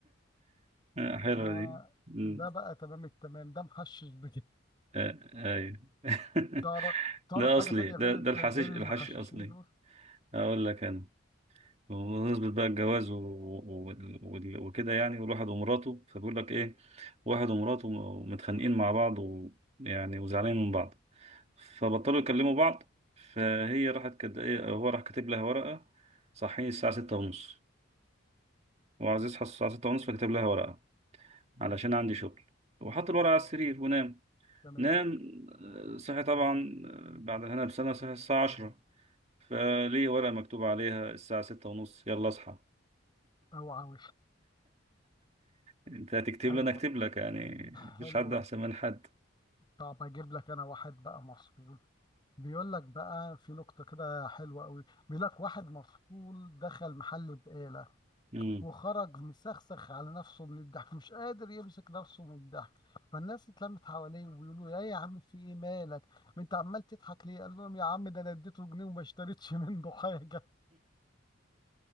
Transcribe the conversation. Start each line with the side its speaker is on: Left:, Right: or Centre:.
Right: حلوة
Left: آه
Right: دي مم.
Left: ده بقى تمام التمام ده محشش بجد
Right: آه، ايوه <laughs>
Left: تعرف تعرف
Right: ده
Left: حاجة
Right: اصلي
Left: تانية
Right: ده
Left: غير
Right: ده
Left: انت
Right: الحشيش
Left: غير
Right: الحشيش
Left: المحششين
Right: اصلي
Left: دول
Right: اقول لك انا بمناسبة بقى الجواز و... و... و... وكده يعني والواحد ومراته فبيقول لك ايه واحد ومراته متخانقين مع بعض ويعني وزعلانين من بعض فبطلوا يكلموا بعض فهي راحت كد... إيه، هو راح كاتب لها ورقة صحيني الساعة ستة ونص وعزيز حس الساعة ستة ونص فكتب لها ورقة علشان عندي شغل وحط الورقة على السرير ونام
Left: تمام
Right: نام آه، صحي طبعا آه، بعد هنا بسنة صحي الساعة عشرة فليه ورقة مكتوب عليها الساعة ستة ونص يلا اصحى
Left: او عاوز
Right: انت هتكتب
Left: حلوة
Right: لي انا اكتب لك يعني مفيش
Left: حلوة
Right: حد احسن من حد
Left: طب اجيب لك انا واحد بقى مفصول بيقول لك بقى في نقطة كده حلوة قوي بيقول لك واحد مفصول دخل محل بقالة
Right: <laughs>
Left: وخرج مسخسخ على نفسه من الضحك مش قادر يمسك نفسه من الضحك فالناس اتلمت حواليه وبيقولوا يا يا عم في ايه مالك ما انت عمال تضحك ليه قال لهم يا عم ده انا اديته جنيه وما اشتريتش منه حاجة